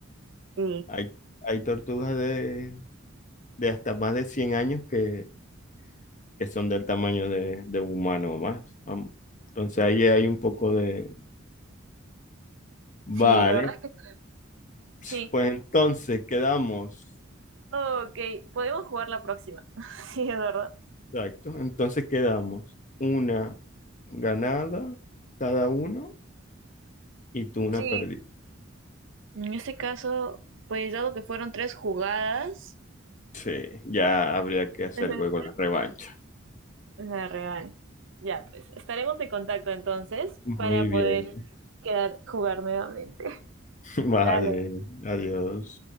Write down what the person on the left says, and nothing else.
Hay, hay tortugas de, de hasta más de 100 años que, que son del tamaño de, de un humano o más. Vamos. Entonces ahí hay un poco de... Vale,
si,
pues
entonces quedamos.
Exacto, entonces quedamos una ganada cada uno y tú una
perdida.
Sí, ya habría que hacer
luego la revancha.
Muy
bien,
<laughs> vale,
adiós.